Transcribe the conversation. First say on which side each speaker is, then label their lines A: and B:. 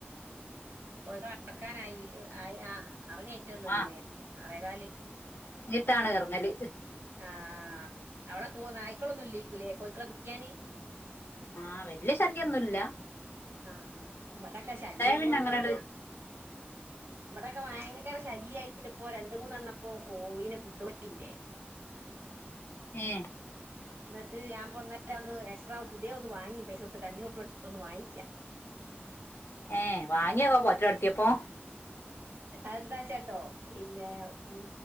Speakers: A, on the right (about 75°); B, on the left (about 70°).
A: കോയികളെ ക്കാനായി ആയി ആ ആറണിയായ്റ്റേള്ളല്ലല്ലോല്ലേ
B: ആ
A: ആറേകാല്
B: ട്ടാണ് എർങ്ങല്
A: ആഹ് അവടെ കോ നായ്ക്കളൊന്നുല്ല്യാരിക്കുല്ലെ കോയിക്കളെ പിടിക്കാന്
B: ആഹ് വല്യ ശല്യൊന്നുംല്ല
A: ആ ഇവിടെക്കെ ശല്യം
B: പിന്നെ
A: കൊണ്ട്
B: അങ്ങനട്
A: ഇവിടെക്കെ ഭയങ്കര ശല്യയിട്ട് ഇപ്പോ രണ്ട മൂന്നെണ്ണം പ്പോ കോയിനെ കുണ്ടോയില്ലെ
B: ഉം
A: ന്നിട്ട് ഞാൻപ്പം ഒന്ന് എക്സ്ട്രാ പുതിയ ഒന്ന് വാങ്ങി പൈസൊട്ത്ത്ട്ട് അഞ്ഞൂറുപ്യട്ത്ത് ഒന്ന് വാങ്ങിക്ക്യ
B: ഏ വാങ്ങിയോക്കെ പോറ്റലൊടത്തിപ്പം
A: എന്താച്ചാണ്ടോ പിന്നെ ഉം